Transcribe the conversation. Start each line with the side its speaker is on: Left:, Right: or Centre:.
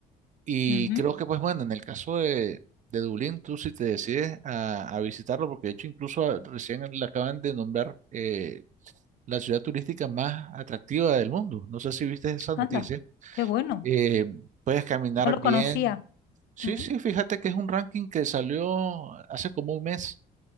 Right: Y
Left: ujú,
Right: creo que, pues bueno, en el caso de, de Dublín, tú si te decides a, a visitarlo, porque de hecho incluso a- recién le acaban de nombrar eh, la ciudad turística más atractiva del mundo. No sé si viste esa noticia.
Left: Anda, qué bueno.
Right: Eh, puedes caminar
Left: No lo
Right: bien.
Left: conocía.
Right: Sí,
Left: Ujú,
Right: sí, fíjate que es un ranking que salió hace como un mes.